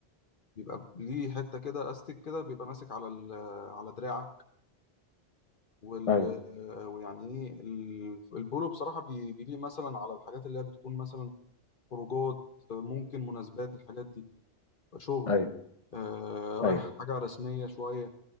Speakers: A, on the left (about 55°); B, on the left (about 35°).
A: بيبقى ليه حتة كده استك كده بيبقى ماسك على ال على دراعك وال
B: ايوه
A: آه، ويعني ايه ال- البولو بصراحة بي- بيليه مثلا على الحاجات اللي هي بتكون مثلا خروجات آه، ممكن مناسبات الحاجات دي شغل
B: ايوه
A: آه، رايح
B: ايوه
A: حاجة رسمية شوية